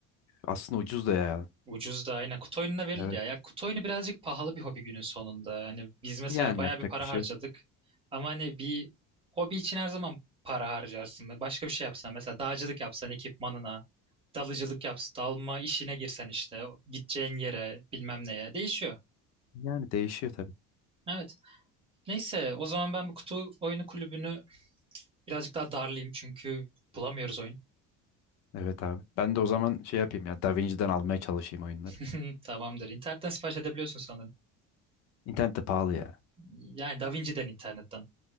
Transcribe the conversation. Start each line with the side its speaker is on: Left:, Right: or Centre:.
Left: Aslında ucuz da ya.
Right: Ucuz da aynen. Kutu oyununa verildi
Left: Evet.
Right: ya. Ya kutu oyunu birazcık pahalı bir hobi günün sonunda. Hani biz mesela
Left: Yani
Right: bayağı
Left: yapacak
Right: bir para
Left: bir şey
Right: harcadık.
Left: yok.
Right: Ama hani bir hobi için her zaman para harcarsın. Başka bir şey yapsan mesela dağcılık yapsan ekipmanına, dalıcılık yapsan, dalma işine girsen işte gideceğin yere bilmem neye değişiyor.
Left: Yani değişiyor tabii.
Right: Evet. Neyse o zaman ben bu kutu oyunu kulübünü birazcık daha darlayayım çünkü bulamıyoruz oyun.
Left: Evet abi. Ben de o zaman şey yapayım ya. DaVinci'den almaya çalışayım oyunları.
Right: <laughs> Tamamdır. İnternetten sipariş edebiliyorsun sanırım.
Left: İnternette pahalı ya.
Right: Yani DaVinci'den internetten,